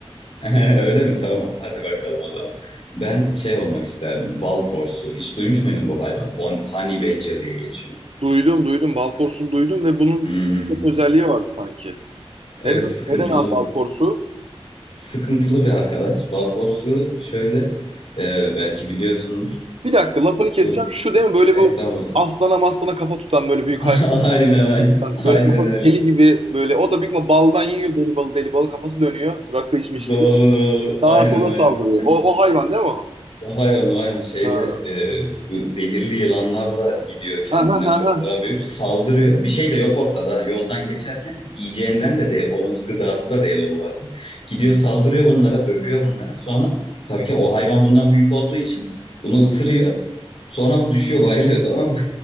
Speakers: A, on the left (about 65°); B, on the right (about 70°).
A: <laughs> öyle mi? Tamam hadi bakalım o zaman. Ben şey olmak isterdim bal porsu. Hiç duymuş muydun bu hayvanı? On, honey badger diye geçiyor.
B: Duydum, duydum. Balporsun duydum ve bunun
A: Hmm,
B: çok özelliği vardı sanki.
A: Evet
B: Neden?
A: sıkıntılı
B: Neden abi balporsu?
A: sıkıntılı bir arkadaş. Balporsu şöyle e, belki biliyorsundur.
B: Bir dakika lafını keseceğim.
A: Yok,
B: Şu değil mi? Böyle
A: estağfurullah.
B: bu aslana maslana kafa tutan böyle büyük
A: <laughs>
B: hayvan.
A: Aynen aynen. Aynen
B: Böyle kafası
A: öyle.
B: deli gibi böyle. O da büyük ihtimal baldan yiyor deli balı deli balı. Kafası dönüyor. Rakı içmiş
A: Doğru
B: gibi.
A: doğru.
B: Sağa
A: Aynen
B: sola
A: aynen.
B: saldırıyor. O, o hayvan değil mi o?
A: O hayvan o hayvan şeyle
B: Ha.
A: e, bu zehirli yılanlarla gidiyor kendinden
B: Ha ha ha.
A: çok
B: ha.
A: daha büyük. Saldırıyor. Bir şey de yok ortada. ha. Yoldan geçerken yiyeceğinden de değil. Onun gıdası da değil o bu arada. Gidiyor saldırıyor bunlara, dövüyor bunlara. Sonra tabii ki o hayvan bundan büyük olduğu için bunu ısırıyor. Sonra bu düşüyor bayılıyor tamam mı?